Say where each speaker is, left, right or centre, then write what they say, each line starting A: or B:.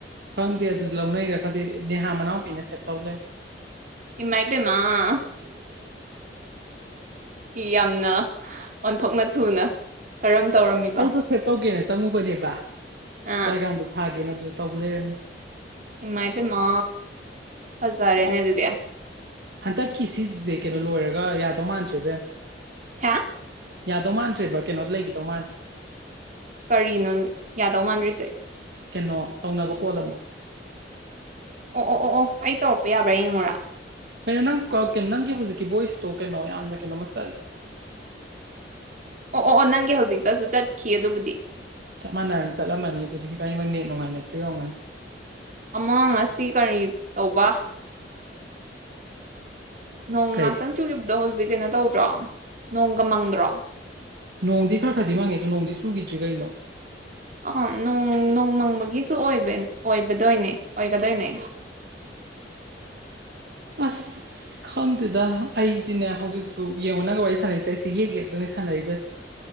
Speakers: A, on the right; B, on the right.
A: ꯈꯪꯗꯦ ꯑꯗꯨ ꯂꯧꯅꯩꯔꯥ ꯈꯪꯗꯦ ꯅꯦꯍꯥ ꯃꯅꯥꯎꯄꯤꯅ ꯁꯦꯠ ꯇꯧ ꯂꯩꯔꯝꯃꯦ
B: ꯏꯃꯥꯏ ꯄꯦꯃꯥ ꯍꯨꯝ ꯌꯥꯝꯅ ꯑꯣꯟꯊꯣꯛꯅ ꯊꯨꯅ ꯀꯔꯝ ꯇꯧꯔꯝꯃꯤꯕ
A: ꯑꯩꯗꯣ ꯁꯦꯞ ꯇꯧꯒꯦꯅ ꯆꯪꯉꯨꯕꯅꯦꯕ
B: ꯑꯥ
A: ꯗꯥꯏꯒꯥꯝꯗꯣ ꯊꯥꯒꯦꯅ ꯑꯗꯨꯗ ꯇꯧꯕ ꯂꯩꯔꯝꯃꯤ
B: ꯏꯃꯥꯏ ꯄꯦꯃ ꯐꯖꯔꯦꯅꯦ
A: ꯑ-
B: ꯑꯗꯨꯗꯤ
A: ꯍꯟꯗꯛꯀꯤ ꯁꯤꯁꯦ ꯀꯩꯅꯣ ꯂꯣꯏꯔꯒ ꯌꯥꯗꯧ ꯃꯥꯟꯗꯔꯦ ꯑꯕꯦꯝꯃꯥ
B: ꯍꯥꯏ
A: ꯌꯥꯗꯧ ꯃꯥꯟꯗ꯭ꯔꯦꯕ ꯀꯩꯅꯣ ꯂꯩꯈꯤꯗꯧ ꯃꯥꯜꯂꯦ
B: ꯀꯔꯤꯅꯣ ꯌꯥꯗꯧ ꯃꯥꯟꯗ꯭ꯔꯤꯁꯦ
A: ꯀꯩꯅꯣ ꯇꯧꯅꯕ ꯀꯣꯜꯂꯝ ꯑꯃꯨꯛ
B: ꯑꯣ ꯑꯣ ꯑꯣ ꯑꯣ ꯑꯩ ꯇꯧꯔꯛꯄ ꯌꯥꯕ꯭ꯔꯥ ꯌꯦꯡꯉꯨꯔꯥ
A: ꯀꯩꯅꯣ ꯅꯪ ꯅꯪꯒꯤ ꯍꯧꯖꯤꯛꯀꯤ ꯚꯣꯏꯁꯇꯣ ꯀꯩꯅꯣ ꯌꯥꯝꯅ ꯀꯩꯅꯣꯃꯥ
B: ꯑꯣ ꯑꯣ ꯑꯣ ꯅꯪꯒꯤ ꯍꯧꯖꯤꯛꯇꯁꯨ ꯆꯠꯈꯤ ꯑꯗꯨꯕꯨꯗꯤ
A: ꯆꯞ ꯃꯥꯟꯅꯔꯅ ꯆꯠꯂꯝꯃꯅꯤ ꯑꯗꯨꯗꯤ ꯏꯕꯥꯅꯤꯃꯛ ꯅꯦꯠ ꯅꯨꯡꯉꯥꯏꯅꯗ꯭ꯔꯤ ꯑꫭꯏꯔꯝꯅꯤ
B: ꯑꯃ ꯉꯁꯤ ꯀꯔꯤ ꯇꯧꯕ ꯅꯣꯡ
A: ꯀꯩ
B: ꯉꯍꯥꯛꯇꯪ ꯆꯨꯈꯤꯕꯗꯣ ꯍꯧꯖꯤꯛ ꯀꯩꯅꯣ ꯇꯧꯗ꯭ꯔꯣ ꯅꯣꯡꯒ ꯃꯪꯗ꯭ꯔꯣ
A: ꯅꯣꯡꯗꯤ ꯈꯔ ꯈꯔꯗꯤ ꯃꯥꯡꯉꯦ ꯑꯗꯨ ꯅꯣꯡꯗꯤ ꯆꯨꯒꯤꯗ꯭ꯔꯤ ꯀꯩꯅꯣ
B: ꯑꯥ ꯅꯣꯡ ꯅꯣꯡꯃꯪꯕꯒꯤꯁꯨꯕ ꯑꯣꯏꯕꯗꯣꯏꯅꯦ ꯑꯣꯏꯒꯗꯣꯏꯅꯦ
A: ꯑꯁ ꯈꯪꯗꯦꯗ ꯑꯩꯗꯤꯅꯦ ꯍꯧꯖꯤꯛꯁꯨ ꯌꯦꯡꯉꯣꯅꯒ ꯋꯥꯔꯤ ꯁꯥꯟꯅꯔꯤꯁꯦ ꯑꯩꯁꯦ ꯌꯦꯛ ꯌꯦꯛꯇꯅꯤ ꯁꯥꯟꯅꯔꯤꯕꯁꯦ